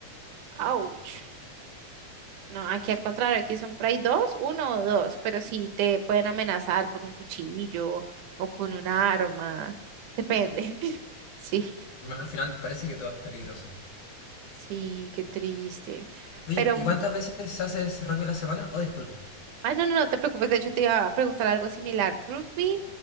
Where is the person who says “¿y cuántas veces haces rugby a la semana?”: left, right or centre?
Left